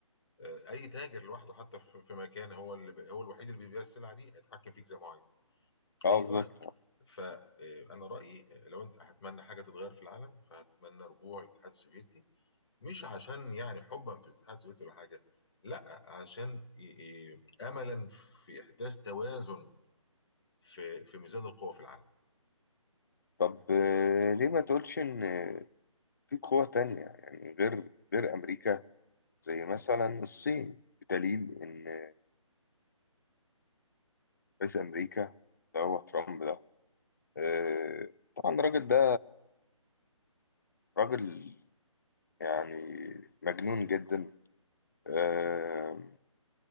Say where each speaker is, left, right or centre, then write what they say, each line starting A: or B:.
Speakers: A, on the left; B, on the left.
A: آه، اي تاجر لوحده حتى في في مكان هو اللي ب- هو الوحيد اللي بيبيع السلعه دي هيتحكم فيك زي ما هو عايز
B: اه
A: اي
B: بالظبط
A: واحد فانا رايي لو انت هتمنى حاجه تتغير في العالم فهتتمنى رجوع الاتحاد السوفيتي مش عشان يعني حبا في الاتحاد السوفيتي ولا حاجه لا عشان ي- ي- املا في احداث توازن في في ميزان القوى في العالم
B: طب آه، ليه ما تقولش ان آه، في قوة تانية يعني غير غير امريكا زي مثلا الصين بدليل ان آه، رئيس امريكا اللي هو ترامب ده آه، طبعا الراجل ده راجل يعني مجنون جدا آه،